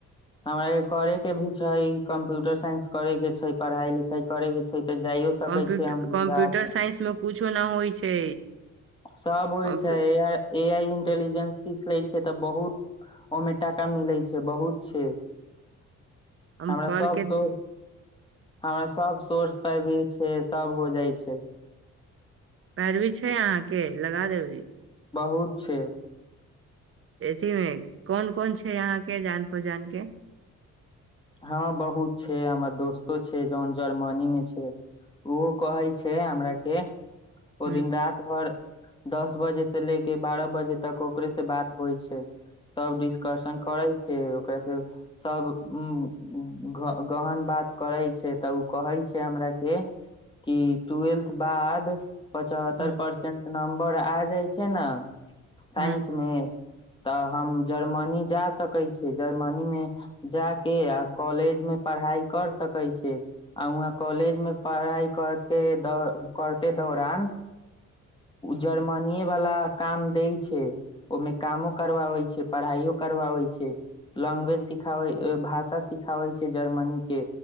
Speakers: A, on the left; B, on the right.
A: हमरा इ करे के भी छै कम्प्यूटर साइंस करे के छै पढ़ाई लिखाई करे के छै त जाइयो। सकै
B: कम्प्यूट
A: छै हम गुजरात
B: -कम्प्यूटर साइंसमे कुछो न होइ छै।
A: सभ होइ
B: कम्प्यू
A: छै ए आइ इंटेलिजेंस सीख लै छियै तऽ बहुत ओमे टाका मिलै छै बहुत छै।
B: हम
A: हमरा
B: करके
A: सब सोर्स हमरा सब सोर्स पाइ भी छै सब हो जाइ छै।
B: पैरवी छै अहाँके लगा देबहीं
A: बहुत छै
B: अथी कोन कोन छै यहाँ के जान पहचान के
A: हँ बहुत छै हमर दोस्तो छै जन जर्मनी मे छै ओहो कहै छै हमरा के ओ
B: ह
A: दिन रात भर दस बजे से ले के बारह बजे तक ओकरे से बात होइ छै सब डिस् आकर्षण करै छै ओकररा से सब उ गहन बात करै छै तऽ ओ कहै छै हमरा के कि ट्व्वेल्थ बाद। पचहत्तर
B: ह
A: परसेंट नम्बर आ जाइ छै ने साइंस
B: ह
A: मे। तऽ हम जर्मनी जा सकै छियै जर्मनी मे जाके आ कॉलेज मे पढ़ाई कर सकै छै आ वहाँ कॉलेज मे पढ़ाई करके द करते दौरान जर्मनीये वला काम दै छै ओहिमे कामो करबाबै छै पढ़ाइयो करवाबै छै लैंग्वेज सिखाबै भाषा सिखाबै छै जर्मनी के